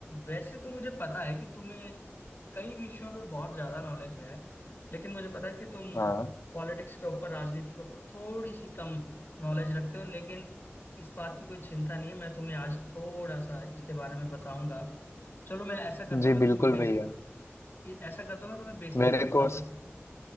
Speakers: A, on the left; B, on the left.
A: वैसे तो मुझे पता है कि तुम्हें कई विषयों पे बहुत ज्यादा नॉलेज है लेकिन मुझे पता है कि तुम
B: हाँ
A: पॉलिटिक्स के ऊपर राजनीति के ऊपर थोड़ी सी कम नॉलेज रखते हो लेकिन इस बात की कोई चिंता नहीं है मैं तुम्हें आज थोड़ा सा इसके बारे में बताऊंगा चलो मैं ऐसा करता
B: जी
A: हूँ मैं
B: बिल्कुल
A: तुम्हें बेसिक
B: भैया
A: ऐसा करता हूँ मैं तुम्हें बेसिक
B: मेरे
A: से बताता
B: को स-
A: हूँ